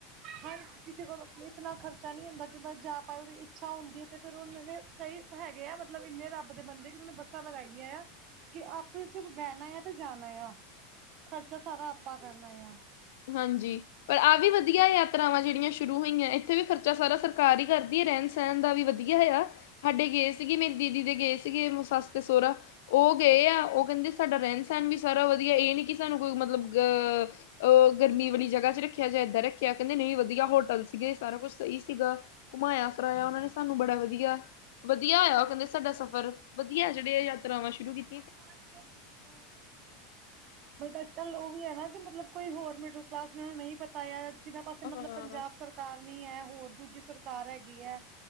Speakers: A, on the right; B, on the left.
A: ਹਰ ਕਿਸੇ ਕੋਲ ਆਪਣੇ ਇਤਨਾ ਖਰਚਾ ਨੀ ਹੁੰਦਾ ਕਿ, ਜਾ ਪਾਏ ਉਹਦੀ ਇੱਛਾ ਹੁੰਦੀ ਐ, ਤੇ ਫੇਰ ਉਹ ਮੇ ਕਈ ਹੈਗੇ ਮਤਲਬ ਇਨੇ ਰੱਬ ਦੇ ਬੰਦੇ ਕਿ ਜਿਨ੍ਹਾਂ ਨੇ ਬੱਸਾਂ ਲਗਾਈਆਂ ਆ ਕਿ, ਆਪੇ ਸਿਰਫ ਬਹਿਣਾ ਆ ਤੇ ਜਾਣਾ ਯਾ, ਖ਼ਰਚਾ ਸਾਰਾ ਆਪਾਂ ਕਰਨਾ ਆ।
B: ਹਾਂਜੀ ਪਰ ਆਹ ਵੀ ਵਧੀਆ ਯਾਤਰਾਵਾਂ ਜਿਹੜੀਆਂ ਸ਼ੁਰੂ ਹੋਈਆਂ, ਇੱਥੇ ਵੀ ਖਰਚਾ ਸਾਰਾ ਸਰਕਾਰ ਹੀ ਕਰਦੀ ਐ। ਰਹਿਣ- ਸਹਿਣ ਦਾ ਵੀ ਵਧੀਆ ਹੈ ਯਾ। ਸਾਡੇ ਗਏ ਸੀਗੇ ਮੇਰੀ ਦੀਦੀ ਦੇ ਗਏ ਸੀਗੇ, ਸੱਸ ਤੇ ਸੋਹਰਾ, ਉਹ ਗਏ ਆ, ਉਹ, ਕਹਿੰਦੇ ਸਾਡਾ ਰਹਿਣ ਸਾਨ ਵੀ ਸਾਰਾ ਵਧੀਆ, ਇਹ ਨੀ ਕਿ, ਸਾਨੂੰ ਕੋਈ ਮਤਲਬ ਗ ਅ ਗਰਮੀ ਵਾਲੀ ਜਗ੍ਹਾ'ਚ ਰੱਖਿਆ ਜਾਂ ਏਦਾਂ ਰੱਖਿਆ। ਕਹਿੰਦੇ ਨਹੀਂ, ਵਧੀਆ ਹੋਟਲ ਸੀਗੇ ਸਾਰਾ ਕੁਛ ਸਹੀ ਸੀਗਾ। ਘੁਮਾਈਆਂ, ਫਿਰਾਇਆ, ਉਹਨਾਂ ਨੇ ਸਾਨੂੰ ਬੜਾ ਵਧੀਆ-ਵਧੀਆ ਹੋਇਆ ਉਹ ਕਹਿੰਦੇ ਸਾਡਾ ਸਫ਼ਰ। ਵਧੀਆ ਜਿਹੜੇ ਆ, ਯਾਤਰਾਵਾਂ ਸ਼ੁਰੂ ਕੀਤੀ।
A: ਪੁਛ। ਬਟ, ਅੱਜ-ਕੱਲ ਲੋਕ <unintelligible> ਹੈ, ਨਾ, ਕਿ ਮਤਲਬ ਕੋਈ ਹੋਰ ਮਿਡਲ ਕਲਾਸ ਜਿਹਨੂੰ ਨਹੀਂ ਪਤਾ ਐ। ਜਿਹਨਾਂ ਪਾਸੇ ਮਤਲਬ
B: ਹਾਂ
A: ਪੰਜਾਬ ਸਰਕਾਰ ਨੀ ਐ। ਹੋਰ, ਦੂਜੀ ਸਰਕਾਰ ਹੈਗੀ ਐ।